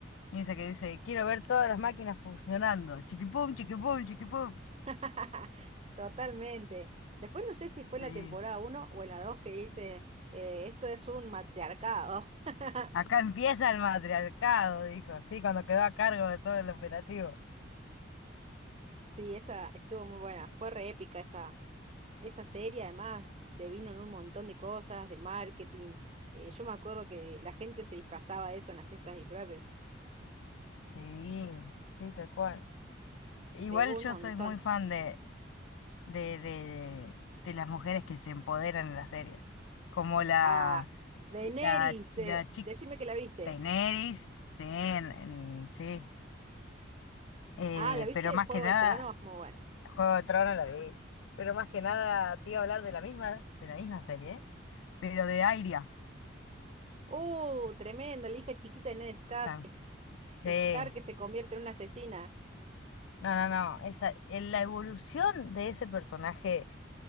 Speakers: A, on the left (about 85°); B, on the right (about 35°).
A: y esa que dice, quiero ver todas las máquinas funcionando, chiquipum, chiquipum, chiquipum.
B: <laughs> Totalmente. Después no sé si fue la
A: Sí.
B: temporada uno o en la 2 que dice, eh, esto es un matriarcado. <laughs>
A: Acá empieza el matriarcado, dijo, sí, cuando quedó a cargo de todo el operativo.
B: Sí, esa estuvo muy buena. Fue re épica esa, esa serie, además, devino en un montón de cosas, de marketing. Eh, yo me acuerdo que la gente se disfrazaba de eso en las fiestas de disfraces.
A: Sí, sí, tal cual. Igual
B: Pegó un
A: yo
B: montón.
A: soy muy fan de, de, de, de las mujeres que se empoderan en las series. Como la,
B: Ah, Daenerys,
A: la,
B: de,
A: la chica
B: decime que la viste.
A: Daenerys, sí, en- en- sí. Eh,
B: Ah, ¿la viste
A: pero
B: en
A: más
B: Juego
A: que nada,
B: de Tronos? Muy buena.
A: Juego de Tronos la vi. Pero más que nada te iba a hablar de la misma, de la misma serie, ¿eh? Pero de Airia.
B: ¡Uh, tremendo! La hija chiquita de Ned Scar-
A: tam-
B: es-
A: Sí.
B: Stark que se convierte en una asesina.
A: No, no, no. Esa, en la evolución de ese personaje